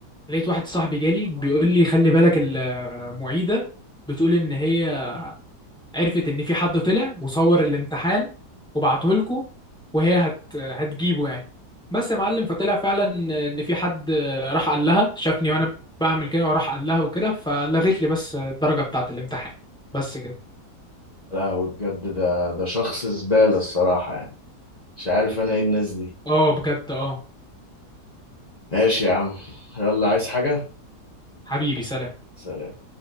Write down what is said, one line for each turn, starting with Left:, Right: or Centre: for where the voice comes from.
Centre: لقيت واحد صاحبي جالي بيقول لي خلي بالك المعيدة بتقول ان هي عرفت ان في حد طلع وصور الامتحان وبعته لكم وهي هت... هتجيبه يعني بس يا معلم فطلع فعلا ان في حد راح قال لها شافني وانا بعمل كده وراح قال لها وكده فلغيت لي بس الدرجة بتاعت الامتحان بس كده
Left: لا هو بجد ده ده شخص زبالة الصراحة يعني مش عارف انا ايه الناس دي
Centre: اه بجد اه
Left: ماشي يا عم يلا عايز حاجة
Centre: حبيبي سلام
Left: سلام